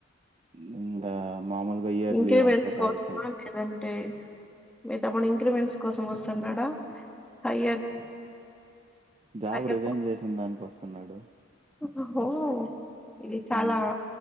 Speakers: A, on the right (about 30°); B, in the centre.
A: ఉమ్ ఇంగా మామూలుగా ఇయర్లీ
B: ఇంక్రిీమెంట్
A: వన్స్ అలా
B: కోసమా
A: ఎళ్తాడు.
B: లేదంటే మీ తమ్ముడు ఇంక్రిమెంట్స్ కోసం వస్తున్నాడా హయ్యర్
A: జాబ్
B: హయ్యర్
A: రిజైన్ చేసిన దాని కోసం ఉన్నాడు
B: ఉహ ఓ ఇది చాలా
A: హ్మ్.